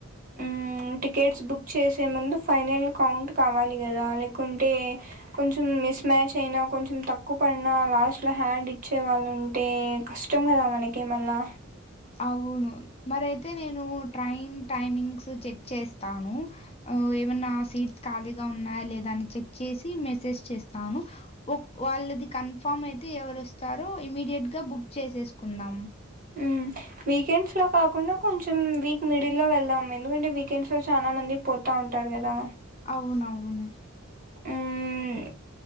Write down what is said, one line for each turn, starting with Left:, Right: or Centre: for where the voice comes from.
Right: ఉం టికెట్స్ బుక్ చేసే ముందు ఫైనల్ కౌంట్ కావాలి కదా లేకుంటే కొంచెం మిస్మ్యాచ్ అయినా కొంచెం తక్కువ పడినా లాస్ట్లో హ్యాండ్ ఇచ్చే వాళ్ళు ఉంటే కష్టం కదా మనకే మళ్ళా
Left: అవును మరి అయితే నేను ట్రైన్ టైమింగ్స్ చెక్ చేస్తాను ఏమైనా సీట్స్ ఖాళీగా ఉన్నాయా లేదా అని చెక్ చేసి మెసేజ్ చేస్తాను వాళ్ళది కన్ఫర్మ్ అయితే ఎవరు వస్తారో ఇమీడియట్గా బుక్ చేసేసుకుందాం
Right: ఉం వీకెండ్స్ లో కాకుండా కొంచెం వీక్ మిడిల్ లో వెల్దమ్ ఎందుకంటే వీకెండ్స్ లో చానా మంది పోతా ఉంటారు కదా
Left: అవునువును
Right: మ్మ్